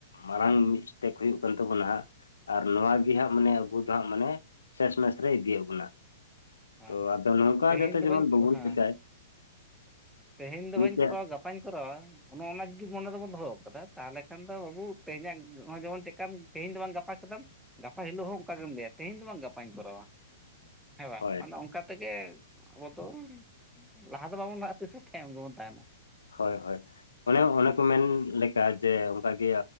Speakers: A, on the left; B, in the centre.
A: ᱢᱟᱨᱟᱝ ᱢᱤᱥᱴᱮᱠ ᱦᱩᱭᱩᱜ ᱠᱟᱱ ᱛᱟᱵᱚ ᱱᱟᱦᱟᱜ᱾ ᱟᱨ ᱱᱚᱣᱟᱣᱟ ᱜᱮ ᱦᱟᱸᱜ ᱢᱟᱱᱮ ᱟᱵᱚ ᱫᱚ ᱦᱟᱸᱜ ᱢᱟᱱᱮ ᱥᱮᱥ ᱢᱮᱥ ᱨᱮ ᱤᱫᱤᱭᱮᱫ ᱵᱚᱱᱟ᱾
B: ᱦᱮᱸ
A: ᱛᱚ ᱟᱫᱚ ᱱᱚᱝᱠᱟ
B: ᱛᱮᱦᱮᱧ
A: ᱡᱟᱛᱮ
B: ᱫᱚ
A: ᱡᱮᱢᱚᱱ
B: ᱵᱟᱹᱧ
A: ᱵᱩᱵᱚᱱ
B: ᱦᱮᱸ
A: ᱪᱮᱠᱟᱭ᱾
B: ᱛᱮᱦᱮᱧ ᱫᱚ
A: ᱢᱤᱫᱴᱮᱡ
B: ᱵᱟᱹᱧ ᱠᱚᱨᱟᱣᱟ ᱜᱟᱯᱟᱧ ᱠᱚᱨᱟᱣᱟ ᱚᱱᱮ ᱚᱱᱟ ᱡᱤᱫᱤ ᱢᱚᱱᱮ ᱨᱮᱵᱚᱱ ᱫᱚᱦᱚ ᱟᱠᱟᱫᱟ ᱛᱟᱦᱚᱞᱮ ᱠᱷᱟᱱ ᱫᱚ ᱵᱟᱹᱵᱩ ᱛᱮᱦᱮᱧᱟᱜ ᱱᱚᱜ-ᱚᱭ ᱡᱮᱢᱚᱱ ᱪᱮᱠᱟᱢ ᱛᱮᱦᱮᱧ ᱫᱚ ᱵᱟᱝ ᱜᱟᱯᱟ ᱠᱮᱫᱟᱢ ᱜᱟᱯᱟ ᱦᱤᱞᱳᱜ ᱦᱚᱸ ᱚᱱᱠᱟ ᱜᱮᱢ ᱞᱟᱹᱭᱟ ᱛᱮᱦᱮᱧ ᱫᱚ ᱵᱟᱝ ᱜᱟᱯᱟᱧ ᱠᱚᱨᱟᱣᱟ᱾ ᱦᱮᱸ ᱵᱟᱝ
A: ᱦᱳᱭ
B: ᱢᱟᱱᱮ ᱚᱱᱠᱟ ᱛᱮᱜᱮ ᱟᱵᱚ ᱫᱚ ᱞᱟᱦᱟ ᱫᱚ ᱵᱟᱵᱚᱱ ᱞᱟᱦᱟ-ᱟ᱾ ᱠᱤᱪᱷᱩ ᱛᱟᱭᱚᱢ ᱜᱮᱵᱚᱱ ᱛᱟᱦᱮᱸᱱᱟ᱾
A: ᱦᱳᱭ ᱦᱳᱭ ᱚᱱᱮ ᱚᱱᱮ ᱠᱚ ᱢᱮᱱ ᱞᱮᱠᱟ ᱡᱮ ᱚᱱᱠᱟᱜᱮ